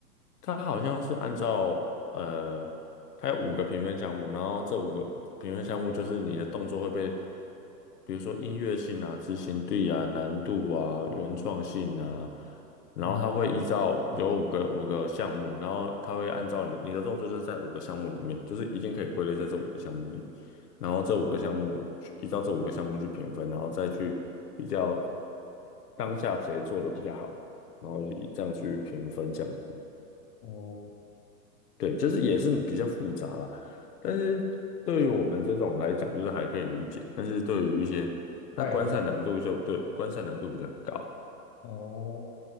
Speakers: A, on the left; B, on the left.
A: 它好像是按照呃，它有五个评分项目，然后这五个评分项目就是你的动作会被，比如说音乐性啊、执行力啊、难度啊、原创性啊，然后它会依照有五个五个项目，
B: 嗯，
A: 然后它会按照你你的动作就是在五个项目里面，就是已经可以归类在这五个项目里，然后这五个项目去依照这五个项目去评分，然后再去比较当下谁做的比较好，然后以这样去评分这样子。
B: 哦，
A: 对，就是也是比较复杂啦，但是对于我们这种来讲，就是还可以理解，但是对于一些它观赛难度就对，
B: 外行。
A: 观赛难度比较高。
B: 哦，